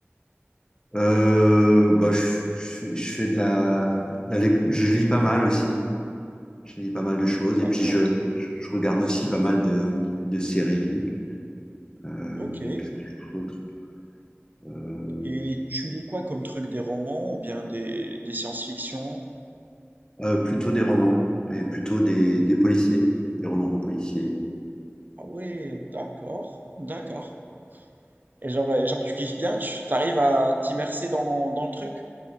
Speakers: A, on the left; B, on the right.
A: Euh, bah, je, je- je fais de la, la lec- je lis pas mal aussi. Je lis pas mal de choses.
B: D'accord,
A: Et puis, je, je regarde aussi pas mal de, de séries. Euh,
B: ok.
A: qu'est-ce que je fais d'autre? Euh,
B: Et tu lis quoi comme truc, des romans ou bien des, des science-fiction?
A: euh, plutôt des romans et plutôt des, des policiers, des romans policiers.
B: Ah ouais, d'accord, d'accord. Et genre, euh, genre tu kiffes bien, tu t'arrives à t'immerser dans, dans le truc.